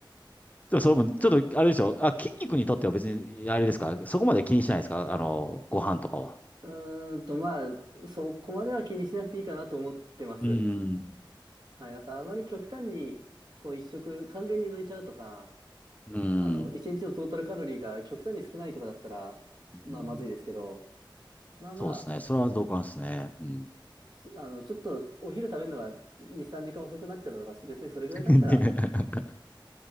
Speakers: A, on the left (about 15°); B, on the right (about 55°).
A: でもそれも、ちょっと、
B: うん
A: あれでしょ。あ、筋肉にとっては別に、あれですか。そこまで気にしないですか。あの、ご飯とかは。
B: うーんと、まあ、そこまでは気にしなくていいかなと思ってます。
A: うん。
B: はい。なんかあまり極端に、こう一食完全に抜いちゃうとか、
A: うん。
B: あの、一日のトータルカロリーが極端に少ないとかだったら、
A: うん。
B: まあまずいですけど、まあまあ、
A: そうですね。それは同感ですね。うん。
B: すあの、ちょっとお昼食べるのが2、3時間遅くなっちゃったとか、別にそれぐらいだったら
A: <laughs>